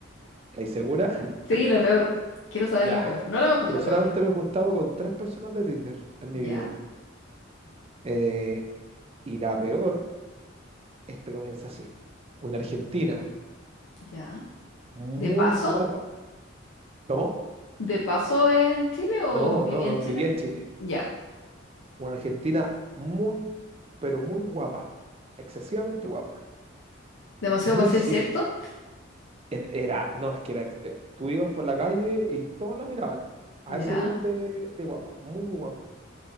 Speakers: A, on the right; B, on the left.
A: ¿Estáis segura?
B: Sí,
A: <laughs>
B: la peor. Quiero saber
A: Ya.
B: la peor. No la mejor,
A: Pero
B: la
A: solamente
B: peor.
A: me he juntado con tres personas de Tinder en mi
B: Ya,
A: vida. Eh, y la peor, esto comienza así. Una argentina
B: ya.
A: muy
B: ¿De paso?
A: guapa. ¿Cómo?
B: ¿De paso en Chile o
A: No,
B: vivía
A: no, no,
B: en Chile?
A: vivía en Chile.
B: Ya.
A: Una Argentina muy, pero muy guapa, excesivamente guapa,
B: Demasiado
A: muy
B: para ser
A: simple.
B: cierto.
A: Era, no, es que era, ex- eh, tú ibas por la calle y todos la miraban a
B: Ya,
A: ese nivel de, de guapa, muy, muy guapa.